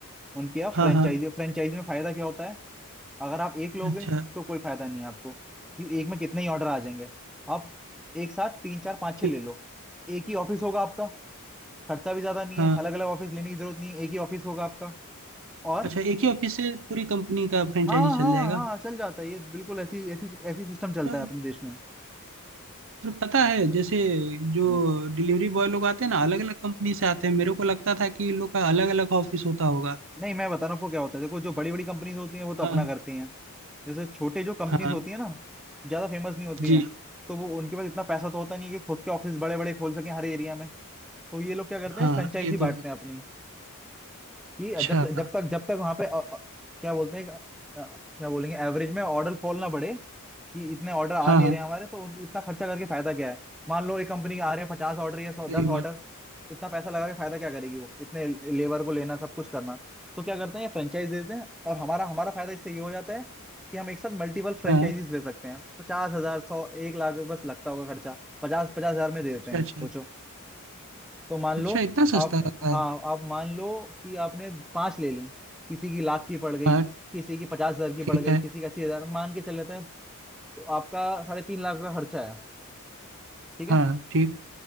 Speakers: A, in the centre; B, on the right.
A: उनकी आप
B: हाँ
A: फ्रेंचाइजी
B: हाँ
A: फ्रेंचाइजी में फायदा क्या होता है अगर आप एक लोगे
B: अच्छा
A: तो कोई फायदा नहीं है आपको क्योंकि एक में कितने ही ऑर्डर आ जाएंगे आप एक साथ तीन चार पाँच
B: जी
A: छः ले लो एक ही ऑफिस होगा आपका खर्चा भी ज्यादा नहीं
B: हाँ
A: है अलग अलग ऑफिस लेने की जरूरत नहीं है एक ही ऑफिस होगा आपका और
B: अच्छा एक ही ऑफिस से पूरी कंपनी का फ्रेंचाइजी
A: हाँ हाँ
B: चल जाएगा
A: हाँ चल जाता है ये बिल्कुल ऐसी ऐसी ऐसी सिस्टम चलता
B: अच्छा,
A: है अपने देश में
B: तो पता है जैसे जो
A: जी
B: डिलीवरी बॉय लोग आते हैं ना अलग अलग कंपनी से आते हैं मेरे को लगता था कि इन लोग का अलग अलग ऑफिस होता होगा
A: नहीं मैं बता रहा हूँ आपको क्या होता है देखो जो बड़ी बड़ी कंपनीज होती हैं वो तो अपना
B: हाँ
A: करती हैं जैसे छोटे जो कंपनीज
B: हाँ
A: होती है ना ज्यादा फेमस नहीं होती
B: जी
A: हैं तो वो उनके पास इतना पैसा तो होता नहीं कि खुद के ऑफिस बड़े बड़े खोल सके हर एरिया में तो ये लोग क्या करते
B: हाँ
A: हैं फ्रेंचाइजी
B: ये तो
A: बांटते
B: है
A: हैं अपनी ये
B: अच्छा
A: जब जब तक जब तक वहां पे अ, अ, क्या बोलते हैं अ, क्या बोलेंगे एवरेज में ऑर्डर फॉल ना बढ़े कि इतने ऑर्डर आ
B: हाँ
A: नहीं
B: हाँ
A: रहे हैं हमारे तो उनको इतना खर्चा करके फायदा क्या है मान लो एक कंपनी के आ रहे हैं पचास ऑर्डर या सौ
B: सही
A: दस ऑर्डर
B: बात
A: तो इतना पैसा लगा के फायदा क्या करेगी वो इतने लेबर को लेना सब कुछ करना तो क्या करते हैं ये फ्रेंचाइज देते हैं और हमारा हमारा फायदा इससे ये हो जाता है कि हम एक साथ मल्टीपल फ्रेंचाइजीज
B: हाँ
A: ले सकते हैं पचास हजार सौ एक लाख बस लगता होगा खर्चा पचास पचास हजार में दे देते
B: अच्छा
A: हैं
B: अच्छा
A: सोचो तो मान
B: अच्छा
A: लो
B: इतना सस्ता
A: आपने
B: रहता
A: हाँ
B: है
A: आप मान लो कि आपने पांच ले ली किसी की लाख की पड़ गई
B: हाँ
A: किसी की पचास हजार की
B: ठीक
A: पड़ गई
B: है
A: किसी की अस्सी हजार मान के चल लेते हैं तो आपका साढ़े तीन लाख का खर्चा है ठीक
B: हाँ
A: है
B: ठीक